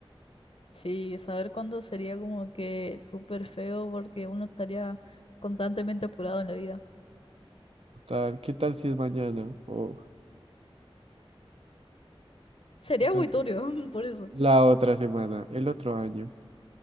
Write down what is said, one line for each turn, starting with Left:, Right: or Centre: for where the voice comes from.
Left: Sí, saber cuándo sería como que súper feo porque uno estaría constantemente apurado en la vida.
Right: Tal, ¿qué tal si es mañana? O
Left: Sería
Right: ¿qué tal
Left: muy
Right: si
Left: turbio, <laughs> por eso.
Right: la otra semana, el otro año?